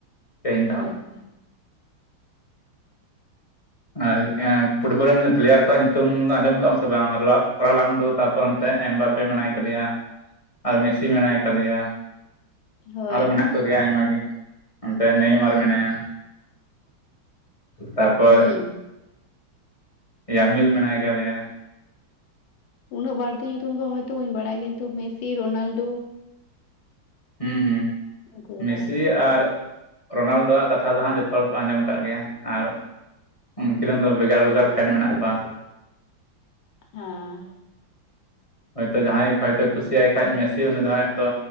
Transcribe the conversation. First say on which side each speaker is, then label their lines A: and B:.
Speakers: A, on the left; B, on the left.
A: ᱛᱮᱦᱮᱧ ᱫᱚ
B: ᱦᱳᱭ
A: ᱦᱟᱸᱜ
B: ᱛᱚ
A: ᱟᱨ <inaudible> ᱯᱷᱩᱴᱵᱚᱞ ᱨᱮᱱ ᱯᱞᱮᱭᱟᱨ ᱠᱚᱣᱟᱜ ᱧᱩᱛᱩᱢ ᱟᱸᱡᱚᱢ ᱠᱟᱜ ᱟᱢ ᱥᱮ ᱵᱟᱝ ᱨ ᱞᱟᱱᱰᱩ ᱛᱟᱯᱚᱨ ᱚᱱᱛᱮ ᱮᱢ ᱵᱟᱯᱮ ᱢᱮᱱᱟᱭ ᱠᱟᱫᱮᱭᱟ ᱟᱨ ᱢᱮᱥᱤ ᱢᱮᱱᱟᱭ ᱠᱟᱫᱮᱭᱟ
B: ᱦᱳᱭ
A: ᱟᱨᱦᱚ ᱢᱮᱱᱟᱜ ᱠᱚᱜᱮᱭᱟ ᱟᱭᱢᱟ ᱜᱮ ᱚᱱᱛᱮ ᱱᱮᱭᱢᱟᱨ ᱢᱮᱱᱟᱭᱟ ᱛᱟᱯᱚᱨ
B: ᱦᱩᱸ
A: ᱭᱟᱢᱤᱞ ᱢᱮᱱᱟᱭ ᱠᱟᱫᱮᱭᱟ
B: ᱩᱱᱟᱹᱜ ᱵᱟᱹᱲᱛᱤ ᱧᱩᱛᱩᱢᱫᱚ ᱦᱚᱭᱛᱳ ᱵᱟᱹᱧ ᱵᱟᱲᱟᱭᱟ ᱠᱤᱱᱛᱩ ᱢᱮᱥᱤ ᱨᱳᱱᱟᱞᱰᱳ
A: ᱦᱮᱸ ᱦᱩᱸ
B: ᱩᱱᱠᱩ ᱫᱚ
A: ᱢᱮᱥᱤᱤ
B: ᱵᱟᱲᱟᱭ ᱠᱚᱣᱟ
A: ᱟᱨ ᱨᱳᱱᱟᱞᱰᱳ ᱟᱜ ᱠᱟᱛᱷᱟ ᱫᱚ ᱦᱟᱸᱜ ᱡᱷᱚᱛᱚ ᱦᱚᱲ ᱠᱚ ᱟᱸᱡᱚᱢ ᱠᱟᱜ ᱜᱮᱭᱟ ᱟᱨ ᱩᱱᱠᱤᱨ ᱨᱮᱱ ᱫᱚ ᱵᱷᱮᱜᱟᱨ ᱵᱷᱮᱜᱟᱨ ᱯᱷᱮᱱ ᱢᱮᱱᱟᱜ ᱠᱚᱣᱟ
B: ᱦᱮᱸ
A: ᱦᱚᱭᱛᱳ ᱡᱟᱦᱟᱸᱭ ᱦᱚᱭᱛᱳ ᱠᱩᱥᱤᱭᱟᱭ ᱠᱷᱟᱡ ᱢᱮᱥᱤ ᱩᱱᱤ ᱫᱚ ᱦᱚᱭ ᱛᱚ